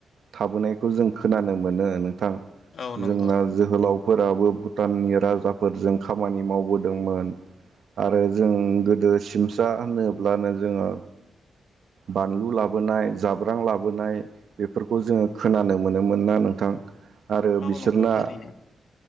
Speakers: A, on the right; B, on the left.
A: थाबोनायखौ जों खोनानो मोनो। नोंथां।
B: औ नंगौ
A: जोंना जोहोलाव फोराबो भुटाननि राजाफोरजों खामानि मावबोदोंमोन आरो जों गोदो सिमसा होनोब्लानो जोङो बानलु लाबोनाय जाब्रां लाबोनाय बेफोरखौ जोङो खोनानो मोनोमोन ना नोंथां? आरो
B: औ
A: बिसोरना
B: नंगौ थारैनो